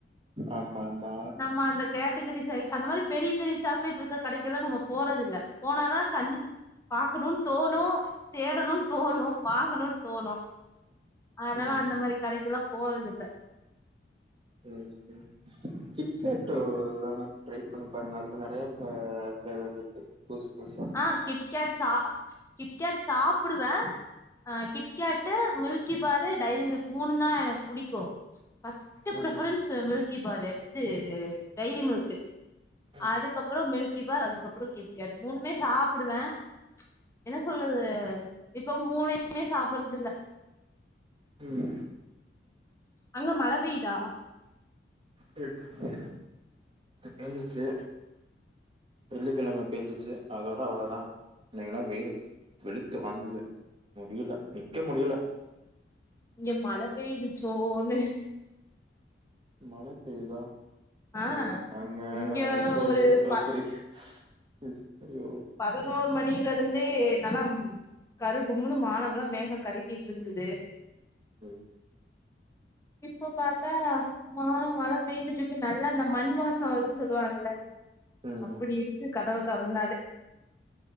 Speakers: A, on the right; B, on the left.
A: ஆமா ஆமா
B: நம்ம அந்த கேட்டகிரி சைட் அந்த மாரி பெரி பெரி சாக்லேட் இருக்கு கடைக்கல்லா நம்ம போறதில்ல போனாதான் கண்ணு பாக்கணுனு தோணு தேடணுனு தோணு வாங்கணுனு தோணு அதுனால
A: ம்
B: அந்த மாரி கடைக்குலா போறதில்ல
A: சேரி சேரி கிட்கேட்டு வேனா ட்ரை பண்ணி பாருங்க அதுல நெறைய ஃப ஃபிளேவர் ருக்கு புதுஸ் புதுசா
B: ஆ கிட்கேட்டு சா கிட்கேட்டு சாப்டுவே ஆ KitKat Milky Bar Dairy Milk மூண்ணு தா எனக்கு புடிக்கு ஃபஸ்ட்டு
A: ம்
B: பிரிஃபரன்ஸ்சு மில்கி பாரு இது டைரி மில்க் கு
A: ம்
B: அதுக்கப்பறோ மில்கி பார் அதுக்கப்பறோ கிட்கேட் மூணுமே சாப்டுவே என்ன சொல்றது இப்ப மூணையுமே சாப்றது இல்ல
A: ம்
B: அங்க மழ பெய்தா
A: இ இல்லயே பேஞ்சுச்சு வெள்ளிக்கெழம பேஞ்சுச்சு அதோட அவ்ளோதா இன்னைகெல்லா வெயிலு வெளுத்து வாங்குது முடியல நிக்க முடியல
B: இங்க மழை பெய்யுது சோன்னு
A: மழ பெய்யுதா
B: ஆ
A: அது ஏங்க
B: இங்க
A: வைத்தெறுச்சல
B: ஒரு
A: கெலப்புரிங்
B: ப
A: ரிச் பிரியோ
B: பதினோரு மணில இருந்தே நலம் கரு கும்னு மானமெல்லா மேக கருக்கிட்டு இருந்தது
A: ம்
B: இப்போ பாத்தா மா மழ பேய்ச்சுட்டு இருக்கு நல்லா இந்த மண் வாசோ வருன்னு சொல்லுவாங்கல்ல
A: ம்.
B: அப்டி இருக்கு கதவ தொறந்தாலே